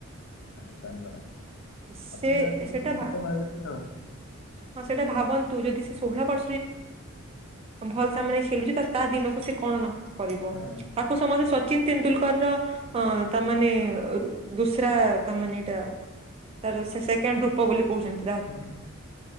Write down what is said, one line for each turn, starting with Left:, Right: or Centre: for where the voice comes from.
Left: <unintelligible> ଆପଣ ତ
Right: ସେ
Left: ଯାଣିଥିବେ
Right: ସେଟା
Left: ସେ ଯୋଉ ମାଡ ମାରୁଛି ଆଉ।
Right: ହଁ ସେଇଟା ଭାବନ୍ତୁ ଯଦି <unintelligible> ଭଲ ତା ମାନେ ଖେଳୁଛି ତା ଦିନକୁ ସେ କନ ନକରିବ।
Left: ହଁ
Right: ସମସ୍ତେ ସଚିିନ ତେନ୍ଦୁଲକର ର ହଁ ତାମାନେେ ଦୁସୁରା ତା ମାନେ ଏଇଟା ତାର ସେ ସେକେଣ୍ଡ ଢୁପ ବୋଲି କହୁଚନ୍ତି।
Left: <unintelligible>